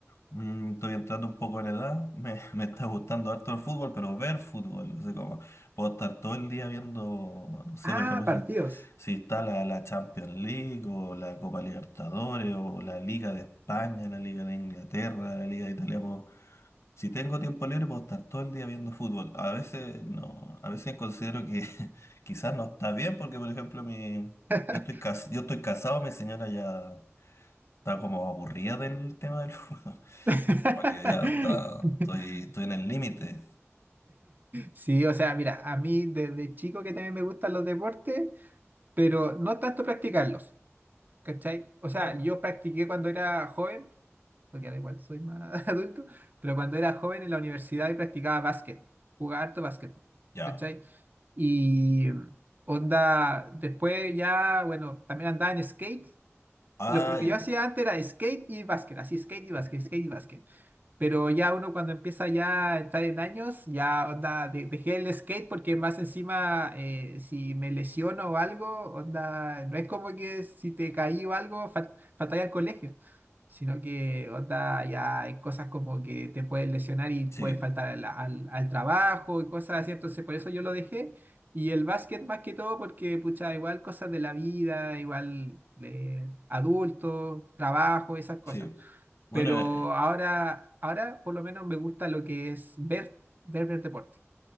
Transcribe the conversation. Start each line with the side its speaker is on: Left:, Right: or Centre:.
Left: mm, estoy entrando un poco en edad, me, <laughs> me está gustando harto el fútbol, pero ver fútbol, no sé cómo. Puedo estar todo el día viendo, no sé,
Right: ah,
Left: por ejemplo,
Right: partidos.
Left: si, si está la, la Champions League o la Copa Libertadores o la Liga de España, la Liga de Inglaterra, la Liga de Italia. Si tengo tiempo libre, puedo estar todo el día viendo fútbol. A veces no, a veces considero que <laughs> quizás no está bien, porque por ejemplo, mi,
Right: <laughs>
Left: yo estoy cas- yo estoy casado, mi señora ya está como aburrida del tema del fútbol. <laughs>
Right: <laughs>
Left: Como que ya está, estoy, estoy en el límite.
Right: Sí, o sea, mira, a mí desde chico que también me gustan los deportes, pero no tanto practicarlos, ¿cachai? O sea,
Left: Claro.
Right: yo practiqué cuando era joven porque ahora igual soy más <laughs> adulto, pero cuando era joven en la universidad y practicaba básquet, jugaba harto básquetbol,
Left: Ya.
Right: ¿cachai? Y onda, después ya, bueno, también andaba en skate.
Left: Ah,
Right: Lo, que- lo que
Left: ya.
Right: yo hacía antes era skate y básquet, así skate y básquet, skate y básquet. Pero ya uno cuando empieza ya a entrar en años, ya onda, de- dejé el skate porque más encima eh, si me lesiono o algo, onda, no es como que si te caí o algo, fal- faltaría al colegio sino que onda, ya hay cosas como que te puedes lesionar y puedes
Left: Sí,
Right: faltar al, al- al trabajo y cosas así, entonces por eso yo lo dejé. Y el básquet más que todo porque, pucha, igual cosas de la vida, igual eh, adulto, trabajo, esas cosas.
Left: sí. Bueno,
Right: Pero
Left: eh,
Right: ahora, ahora por lo menos me gusta lo que es ver, ver, ver deporte.